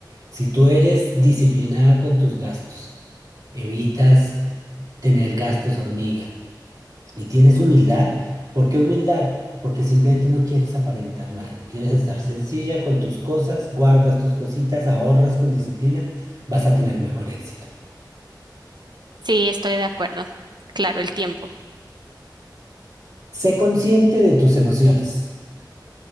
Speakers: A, on the right; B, on the right.
A: Si tú eres disciplinada con tus gastos, evitas tener gastos hormiga y tienes humildad, ¿por qué humildad? Porque simplemente no quieres aparentar nada, quieres estar sencilla con tus cosas, guardas tus cositas, ahorras con disciplina, vas a tener mejor éxito.
B: Sí, estoy de acuerdo. Claro, el tiempo.
A: Sé consciente de tus emociones,